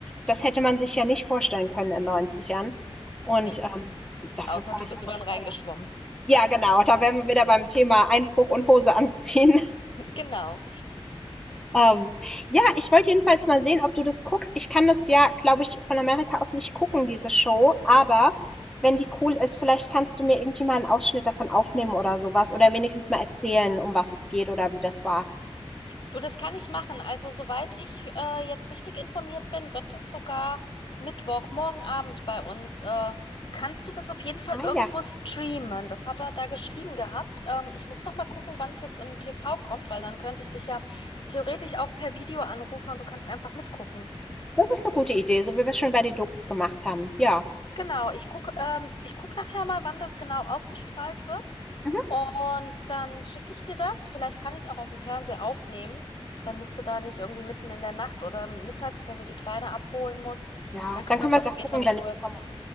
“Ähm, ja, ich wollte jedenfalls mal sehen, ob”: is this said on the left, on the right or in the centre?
Centre